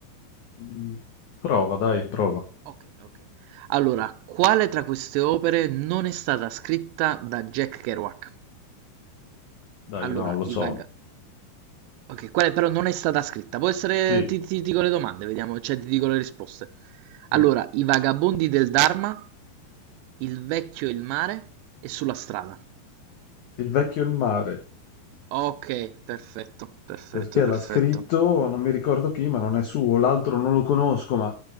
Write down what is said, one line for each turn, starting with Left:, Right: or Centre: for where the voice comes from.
Left: Mm. Prova, dai, prova.
Right: Ok, ok. Allora, quale tra queste opere non è stata scritta da Jack Kerouac?
Left: Dai,
Right: Allora,
Left: no, lo
Right: i
Left: so.
Right: vaga... Ok, quale però non è stata scritta. Può essere...
Left: Sì.
Right: Ti, ti dico le domande, vediamo, cioè ti dico le risposte. Allora,
Left: Mm.
Right: i vagabondi del Dharma, il vecchio e il mare e sulla strada.
Left: Il vecchio e il mare,
Right: Ok, perfetto, perfetto,
Left: perché
Right: perfetto.
Left: l'ha scritto, non mi ricordo chi, ma non è suo, l'altro non lo conosco, ma